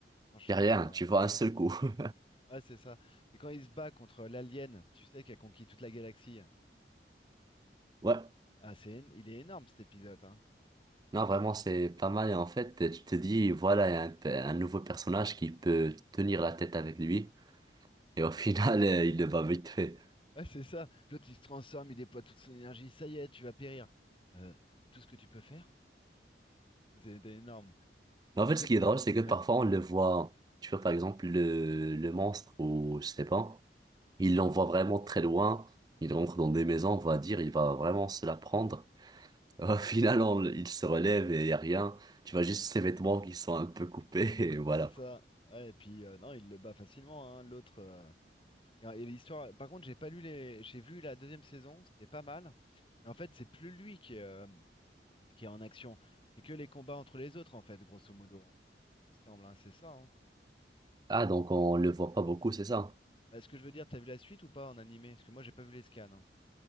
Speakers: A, on the left; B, on the right.
A: franchement...
B: J'ai rien, tu
A: euh,
B: vois, un seul coup. <laughs>
A: Ah, c'est ça. Et quand il se bat contre l'alien, tu sais, qui a conquis toute la galaxie,
B: Ouais.
A: ah, c'est, é- il est énorme, cet épisode, hein.
B: Non, vraiment, c'est pas mal. Et en fait, tu te dis, voilà, il y a un, pe- un nouveau personnage qui peut tenir la tête avec lui. Et au <laughs> final, euh, il le bat vite fait.
A: Ouais, c'est ça. L'autre, il se transforme, il déploie toute son énergie. Ça y est, tu vas périr. Euh, c'est tout ce que tu peux faire? C'était énorme.
B: Mais en
A: Bon,
B: fait,
A: c'est...
B: ce qui est drôle, c'est que parfois,
A: Ouais,
B: on le voit, tu vois, par exemple, le, le monstre ou je sais pas, il l'envoie vraiment très loin. Il rentre dans des maisons, on va dire, il va vraiment se la prendre. <laughs> Au final, on le- il se relève et il y a rien. Tu vois juste ses vêtements qui sont un peu coupés <laughs> et voilà.
A: c'est ça. Ouais, et puis, euh, non, il le bat facilement, hein, l'autre. euh. Et, et l'histoire... Par contre, j'ai pas lu les... J'ai vu la deuxième saison, c'était pas mal. Mais en fait, c'est plus lui qui est, euh, qui est en action. C'est que les combats entre les autres, en fait, grosso modo. hein. Il me semble, hein, c'est ça. hein.
B: Ah, donc on le voit pas beaucoup, c'est ça?
A: Bah, Est-ce que je veux dire, t'as vu la suite ou pas en animé? Parce que moi, j'ai pas vu les scans. hein.